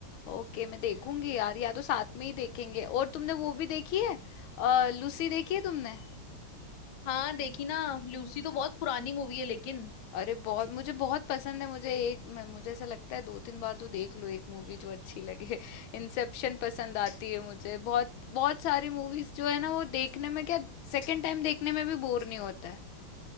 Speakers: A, on the left; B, on the left.
A: Okay मैं देखूंगी
B: हम्म
A: यार या तो साथ में ही देखेंगे और तुमने वो भी देखी है अ, लूसी देखी है तुमने
B: हाँ देखी ना लूसी तो बहुत पुरानी मूवी है लेकिन
A: अरे बहुत मुझे बहुत पसंद है मुझे एक मैं मुझे ऐसा लगता है दो तीन बार तो देख लो एक मूवी जो अच्छी लगे <laughs> इंसेप्शन पसंद आती है मुझे बहुत बहुत सारी मूवीज जो है ना वो देखने में क्या सेकंड टाइम देखने में भी बोर नहीं होता है